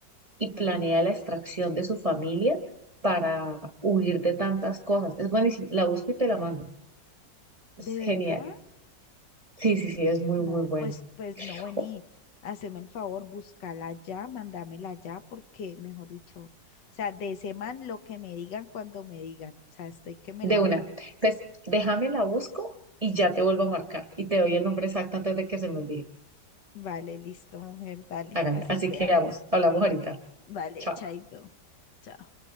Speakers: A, on the right; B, on the left.
A: y planea la extracción de su familia para huir de tantas cosas. Es buenísimo. La busco y te la mando. Es
B: ¿De
A: genial.
B: verdad?
A: Sí, sí, sí, es muy,
B: No,
A: muy bueno.
B: pues, pues no, vení,
A: O-
B: haceme el favor, búscala ya, mándamela ya, porque, mejor dicho, o sea, de ese man lo que me digan cuando me digan, o sea, estoy que me
A: De
B: la
A: una.
B: veo.
A: Entonces, déjame la busco y ya te vuelvo a marcar y te doy el nombre exacto antes de que se me olvide.
B: Vale, listo, mujer, dale,
A: Hágale.
B: así
A: Así
B: quedamos.
A: que vamos, hablamos ahorita.
B: Vale,
A: Chao.
B: chaito. chao.